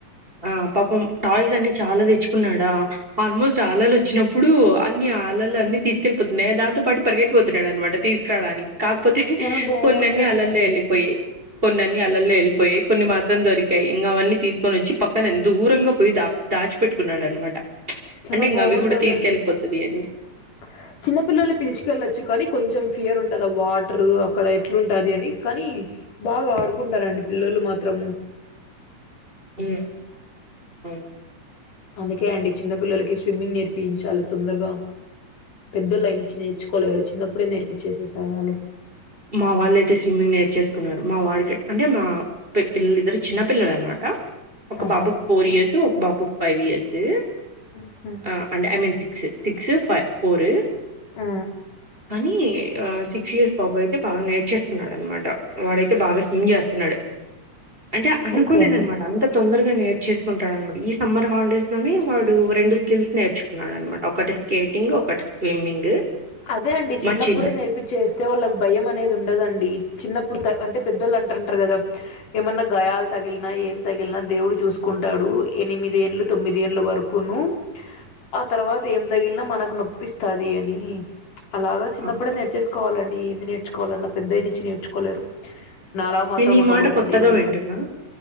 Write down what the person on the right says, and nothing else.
ఆ పాపం టాయ్స్ అన్ని చాలా తెచ్చుకున్నాడా ఆల్మోస్ట్ అలలు వచ్చినప్పుడు అన్ని అలలు అన్ని తీసుకెళ్లిపోతున్నాయా దాంతో పాటి పరిగెత్తిపోతున్నాడు అనమాట తీసుకురావడానికి కాకపోతే
కొన్ని అన్ని అలల్లో వెళ్లిపోయాయి కొన్నని అలల్లో వెళ్ళిపోయాయి కొన్ని మాత్రం దొరికాయి ఇంకా అవన్నీ తీసుకొని వచ్చి పక్కన దూరంగా పోయి దా దాచిపెట్టుకున్నాడు అన్నమాట
అంటే ఇంకా
అవి కూడా తీసుకెళ్ళిపోతాది అనేసి
ఉ ఆ
అవును
మా వాళ్ళైతే స్విమ్మింగ్ నేర్చేసుకున్నారు మా వాడికి అంటే మా ట్టిల్లు ఇద్దరు చిన్న పిల్లలు అన్నమాట ఒక
బాబుకు
ఫోర్ ఇయర్స్ ఒక బాబుకు ఫైవ్ ఇయర్సు
ఆ అంటే ఐ మీన్ సిక్స్ సిక్స్ ఫ్ ఫోర్
ఇ ఆ సిక్స్ ఇర్స్ బాబు అయితే బాగా నేర్చేస్తున్నాడు అన్నమాట వాడైతే బాగా స్విమ్ చేస్తున్నాడు అంటే అనుకోలేద
అన్నమాట అంత తొందరగా నేర్చేసుకుంటాడన్నమాట ఈ సమ్మర్ హాలిడేస్ లోనే వాడు రెండు స్కిల్స్ నేర్చుకున్నాడున్నమాట ఒకటి స్కేటింగ్ ఒకటి స్విమ్మింగ్
మా చిన్నోడు
ఆ!
నేను ఈ
మాట కొత్తగా
వింటున్నా